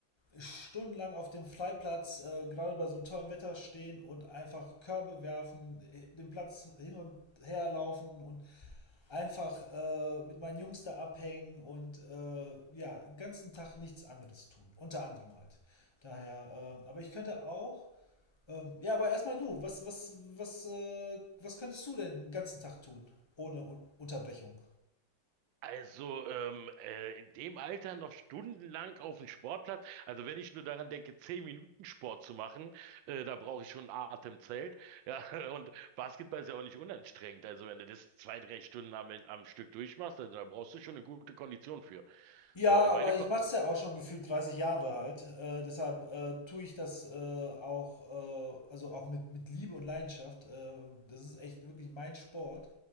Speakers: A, on the left; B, on the right.
A: stundenlang auf dem Freiplatz, äh, gerade bei so einem tollen Wetter stehen und einfach Körbe werfen, äh, den Platz hin und her laufen und einfach äh, mit meinen Jungs da abhängen und äh, ja, den ganzen Tag nichts anderes tun. Unter anderem halt. Daher, äh, aber ich könnte auch. äh, ja, aber erstmal du, was, was, was, äh, was könntest du denn den ganzen Tag tun? Ohne Un Unterbrechung.
B: Also ähm, äh, in dem Alter noch stundenlang auf dem Sportplatz. Also wenn ich nur daran denke, zehn Minuten Sport zu machen, äh, da brauche ich schon ein Atemzelt. Ja, <laughs> und Basketball ist ja auch nicht unanstrengend. Also wenn du das zwei, drei Stunden am, am Stück durchmachst, also da brauchst du schon eine gute Kondition für.
A: Ja,
B: So, äh, meine
A: aber
B: Ko
A: ich mache es ja auch schon gefühlt 30 Jahre halt. Äh, deshalb äh, tue ich das äh, auch, äh, also auch mit, mit Liebe und Leidenschaft. Äh, das ist echt wirklich mein Sport.